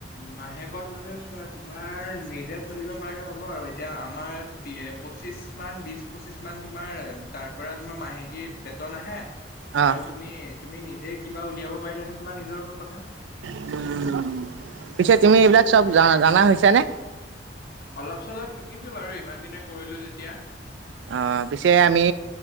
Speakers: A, on the left; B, on the right.
A: মাহেকত মানে চোৱা তোমাৰ নিজে চলিবা- আৰু এতিয়া আমাৰ পঁচিছ মান বিশ পঁচিছ মান তোমাৰ তাৰ পৰা তোমাৰ মাহেকী বেতন আহে-
B: অ',
A: আৰু তুমি তুমি নিজে কিবা উলিয়াব পাৰিলে সেইটো যে তোমাৰ নিজৰ ওপৰত কথা।
B: উম তুমি এইবিলাক চব জা জানা হৈছা নে?
A: অলপ চলপ শিকিছো বাৰু ইমান দিনে কৰিলো যেতিয়া।
B: অ পিছে আমি